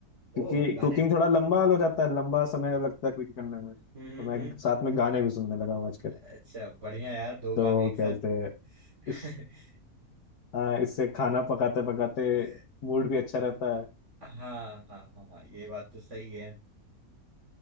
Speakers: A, on the left; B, on the right.
A: क्योंकि
B: ओ गाने
A: कुकिंग
B: <laughs>
A: थोड़ा लंबा हो जाता है लंबा समय लगता है कुकिंग करने में तो
B: हम्म हम्म
A: मैं
B: हम्म।
A: साथ में गाने भी सुनने लगा हूँ आजकल
B: अच्छा बढ़िया यार दो
A: तो
B: काम एक साथ
A: क्या बोलते हैं
B: <laughs>
A: इस हाँ इससे खाना पकाते पकाते
B: अ,
A: मूड भी अच्छा रहता है
B: हाँ हाँ हाँ हाँ ये बात तो सही है